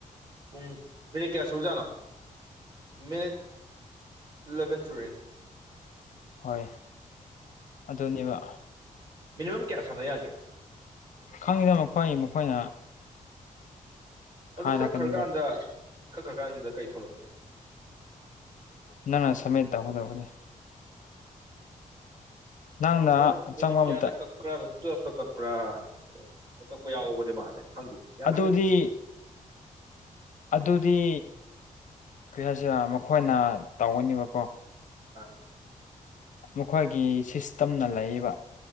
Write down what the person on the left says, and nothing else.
ꯍꯣꯏ ꯑꯗꯨꯅꯦꯕ
ꯈꯪꯉꯤꯗꯅ ꯃꯈꯣꯏ ꯃꯈꯣꯏꯅ
ꯍꯥꯏꯔꯛꯀꯅꯤꯕ
ꯅꯪꯅ ꯁꯃꯤꯠ ꯇꯧꯒꯗꯧꯕꯅꯤ ꯅꯪꯅ
ꯆꯪꯕ
ꯃꯇꯝ
ꯑꯗꯨꯗꯤ
ꯑꯗꯨꯗꯤ ꯀꯔꯤ ꯍꯥꯏꯁꯤꯔ ꯃꯈꯣꯏꯅ ꯇꯧꯒꯅꯦꯕꯀꯣ
ꯃꯈꯣꯏꯒꯤ ꯁꯤꯁꯇꯦꯝꯅ ꯂꯩꯕ